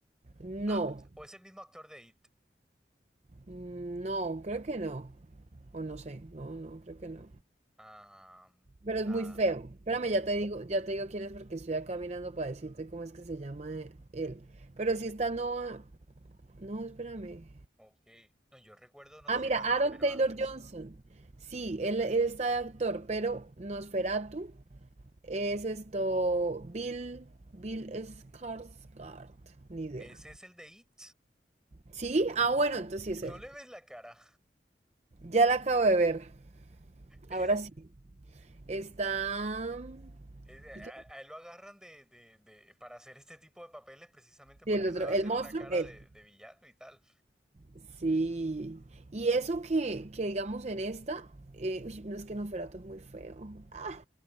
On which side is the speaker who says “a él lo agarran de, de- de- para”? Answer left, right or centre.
Centre